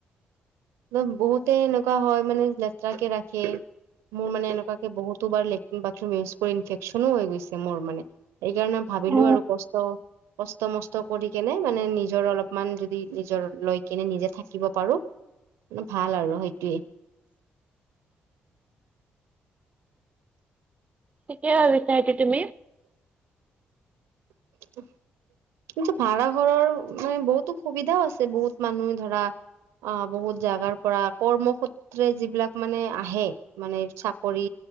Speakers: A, on the right; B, on the right.
A: মানে বহুতে এনেকুৱা হয় মানে লেতৰাকে ৰাখে। মোৰ মানে এনেকুৱাকে বহুতোবাৰ লেট্ৰিন, বাথৰুম ইউজ কৰি ইনফেকচনো হৈ গৈছে মোৰ মানে সেইকাৰণে ভাবিলো
B: অ
A: আৰু কষ্ট কষ্ট - মষ্ট কৰি কিনে মানে নিজৰ অলপমান যদি নিজৰ লৈ কিনে নিজে থাকিব পাৰো অ ভাল আৰু সেইটোয়ে।
B: কেতিয়া ভাবিচা এইটো তুমি?
A: <inaudible> কিন্তু ভাড়া ঘৰৰ মানে বহুতো সুবিধাও আছে, বহুত মানুহ ধৰা অ, বহুত জাগাৰ পৰা কৰ্মসূত ত্ৰে যিবিলাক মানে আহে, মানে চাকৰি